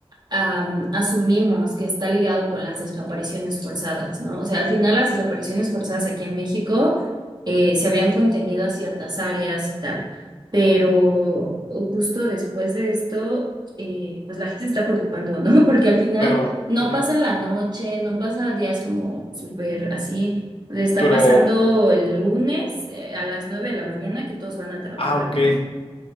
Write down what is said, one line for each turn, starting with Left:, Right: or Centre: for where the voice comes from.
Right: am, asumimos que está ligado con las desapariciones forzadas, ¿no? O sea, al final las desapariciones forzadas aquí en México eh, se habían contenido a ciertas áreas y tal, pero justo después de esto, eh, pues la gente se está preocupando, ¿no? <laughs> Porque al final
Left: Pero,
Right: no
Left: <laughs>
Right: pasa en la noche, no pasa días como súper así. Le está
Left: pero,
Right: pasando el lunes eh, a las nueve de la mañana que todos van a trabajar,
Left: ah, ok.
Right: ¿no?